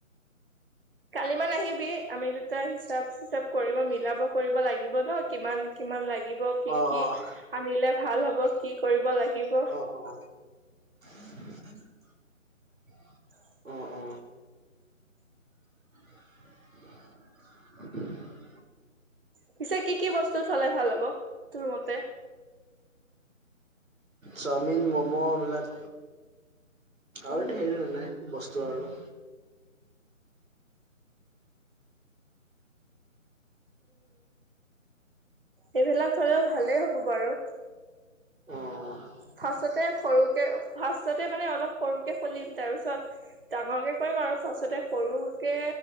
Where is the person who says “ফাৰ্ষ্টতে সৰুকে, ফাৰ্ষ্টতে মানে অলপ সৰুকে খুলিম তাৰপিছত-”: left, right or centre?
Right